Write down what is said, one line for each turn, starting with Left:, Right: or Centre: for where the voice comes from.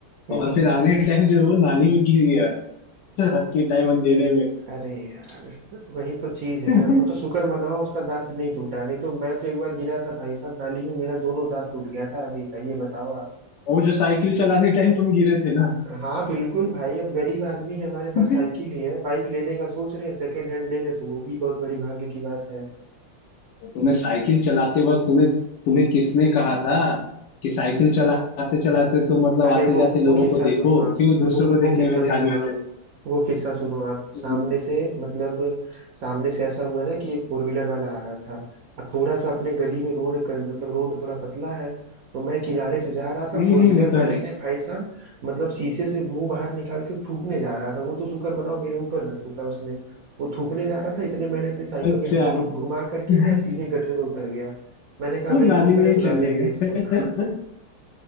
Right: हम्म
Left: और
Right: हम्म।
Left: फिर आने के टाइम जो है वो नाली में गिर गया <laughs> रात के टाइम अंधेरे में
Right: अरे यार वही तो चीज है
Left: <laughs>
Right: ना वो तो शुक्र मनाओ उसका दांत नहीं टूटा नहीं तो मैं तो एक बार गिरा था भाई साहब नाली में मेरा दोनों दांत टूट गया था आगे का ये बताओ आप
Left: वो जो साइकिल चलाने टाइम तुम गिरे थे ना
Right: हाँ बिल्कुल भाई अब गरीब आदमी है, हमारे
Left: <laughs>
Right: पास साइकिल ही है बाइक लेने का सोच रहे हैं सेकेंड हैंड ले ले तो वो भी बहुत बड़ी भाग्य की बात है
Left: तुम्हें साइकिल चलाते वक्त तुम्हें तुम्हें किसने कहा था कि साइकिल चलाते चलाते तुम मतलब
Right: अरे
Left: आते
Right: वो
Left: जाते
Right: वो
Left: लोगों
Right: किस्सा
Left: को
Right: सुनो
Left: देखो
Right: आप
Left: क्यों दूसरों
Right: वो
Left: को
Right: वो
Left: देखने
Right: किस्सा
Left: में ध्यान
Right: सुनो
Left: में
Right: आप
Left: थे
Right: वो किस्सा सुनो आप सामने
Left: हम्म
Right: से मतलब सामने से ऐसा हुआ ना कि एक फोर व्हीलर वाला आ रहा था और थोड़ा सा अपने गली में रोड क- मतलब रोड थोड़ा पतला है तो मैं किनारे से जा रहा था
Left: हम्म
Right: फोर
Left: हम्म,
Right: व्हीलर
Left: वो तो
Right: वाले
Left: है
Right: ने भाई साहब मतलब शीशे से मुंह बाहर निकाल के थूकने जा रहा था वो तो शुक्र मनाओ मेरे ऊपर ना थूका उसने वो थूकने जा रहा था इतने मैंने अपनी साइकिल
Left: अच्छा
Right: का हैंडल घुमा करके
Left: <laughs>
Right: मैं सीधे गटर में उतर गया मैंने कहा भाई
Left: नाली
Right: थूकने
Left: में ही
Right: तो ना
Left: चले
Right: देंगे
Left: गए
Right: इसको <laughs>